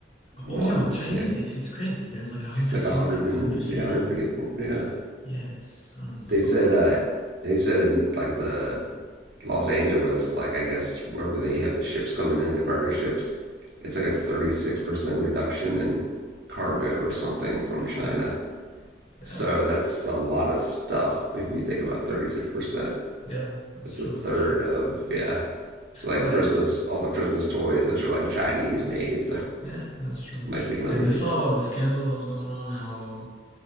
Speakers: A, on the right; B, on the left.
A: one.
B: Oh yeah, with Chinese,
A: Yeah,
B: it's it's crazy. There's like a hundred
A: it's like 100
B: something, a
A: and
B: hundred fifty.
A: yeah, 150. Yeah,
B: Yeah, it's I don't know what's
A: they said
B: going on
A: uh,
B: with that.
A: they said in like the Los Angeles, like I guess wherever they have the ships coming in, the cargo ships, it's like a 36% reduction in cargo or something from China.
B: Oh,
A: So
B: yeah,
A: that's a lot of stuff if you think about 36%.
B: yeah. That's
A: It's
B: true.
A: a third
B: That's true.
A: of yeah. So like
B: But
A: Christmas, all the Christmas toys, those are like Chinese made, so
B: yeah, that's true.
A: might be limited,
B: And you saw about the scandal that was going on, how